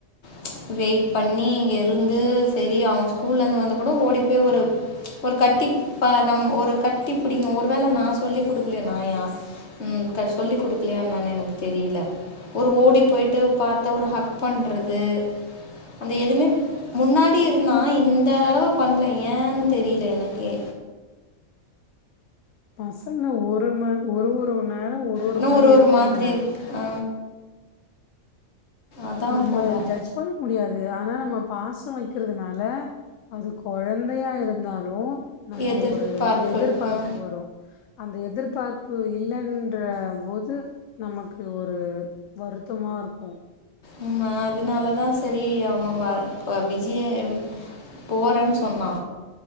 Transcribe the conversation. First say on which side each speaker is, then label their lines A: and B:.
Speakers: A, on the left (about 55°); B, on the left (about 70°).
A: ப்ச் வெயிட் பண்ணி இங்க இருந் து செரி அவன் ஸ்கூல்ல இருந்து வந் கூட ஓடி போய் ஒரு ப்ச் ஒரு கட்டி பா நம்ம ஒரு கட்டி பிடிகணு. ஒரு வேள நா சொல்லி குடுக்கலயா நா யா ம் சொல்லிக் குடுக்கலயா என்னனு எனக்கு தெரியல. ஒரு ஓடி போய்ட்டு பாத்தா ஒரு ஹக் பண்றது அந்த எதுமே முன்னாடி இருந்தா இந்த தடவ பண்ல ஏன் தெரியல எனக்கே
B: பசங்கனா ஒரு மா ஒரு ஒரு நேர ஒரு ஒரு
A: இன்னும்
B: மாரி இருக்குங்க
A: மாதிரி இருக்கு ஆ, அதான்
B: நம்ம
A: போல
B: ஜட்ஜ் பண் முடியாது ஆனா நம்ம பாச வக்கிறதுனால அது கொழந்தையா இருந்தாலு நம்ம
A: எதிர்பார்ப்பு
B: ஒரு எதிர்பார்ப்பு
A: ஆ
B: வரு அந்த எதிர்பார்ப்பு இல்லன்றபோது நமக்கு ஒரு வருத்தமா இருக்கு
A: உம் ஆஹ் அதுனாலதா செரி அவ வர் இப்ப விஜய போறேன் சொன்னா